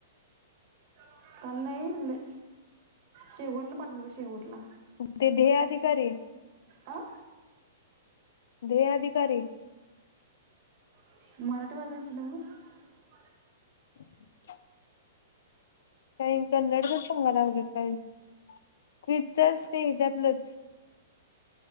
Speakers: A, on the right; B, on the left.
A: <unintelligible> काल नाई लै शेवटला पाठलेल ब शेवटला
B: ते ध्येय आधिकारी?
A: आ
B: दे अधिकारी?
A: <inaudible>
B: <unintelligible> <unintelligible>